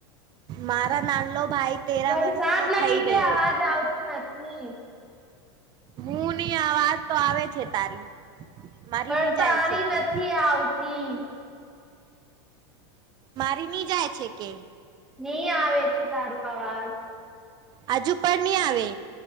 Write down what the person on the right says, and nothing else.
મારા ના લો ભાઈ તેરા
વર્ષ નો
થઈ
ગયો.
હું ની આવાજ તો આવે છે તારી મારી
ની
જાય છે
કે
મારી નહી જાય છે કે
હજુ પણ નહી આવે